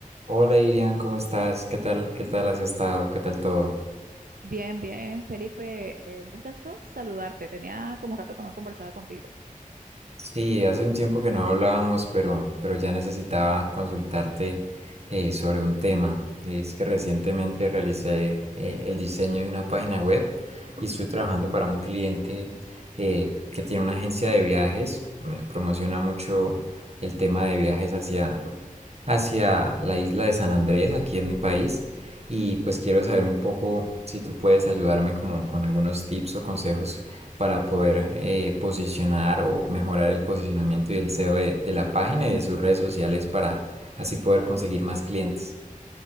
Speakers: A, on the right (about 50°); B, on the right (about 80°).
A: Hola Irian, ¿cómo estás? ¿Qué tal? ¿Qué tal has estado? ¿Qué tal todo?
B: Bien, bien, Felipe, eh, un gustazo saludarte. Tenía como rato que no conversaba contigo.
A: Sí, hace un tiempo que no hablábamos, pero, pero ya necesitaba consultarte eh, sobre un tema. Es que recientemente realicé eh, el diseño de una página web y estoy trabajando para un cliente eh, que tiene una agencia de viajes. eh, promociona mucho el tema de viajes hacia, hacia la isla de San Andrés, aquí en mi país. Y pues quiero saber un poco si tú puedes ayudarme como con algunos tips o consejos para poder eh, posicionar o mejorar el posicionamiento y el SEO de, de la página y de sus redes sociales para así poder conseguir más clientes.